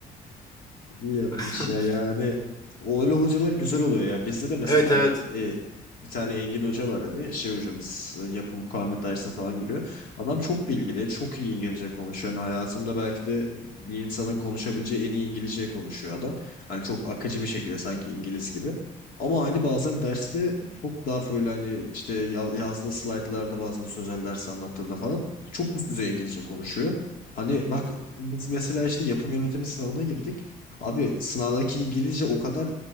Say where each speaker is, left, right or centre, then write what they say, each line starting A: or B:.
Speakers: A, on the left (about 65°); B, on the left (about 25°).
A: İyi yapmış
B: <laughs>
A: ya yani o öyle hocalar güzel oluyor ya bizde de mesela
B: Evet evet.
A: bir, e, bir tane Engin Hoca var hani şey hocamız e, yapı mukavemet dersine falan giriyor adam çok bilgili çok iyi İngilizce konuşuyor yani hayatımda belki de bir insanın konuşabileceği en iyi İngilizceyi konuşuyor adam hani çok akıcı bir şekilde sanki İngiliz gibi ama hani bazen derste çok daha böyle hani işte ya- yazdığı slaytlarda bazen sözel ders anlattığında falan çok üst düzey İngilizce konuşuyor. Hani bak biz mesela işte yapım yönetimi sınavına girdik. Abi sınavdaki İngilizce o kadar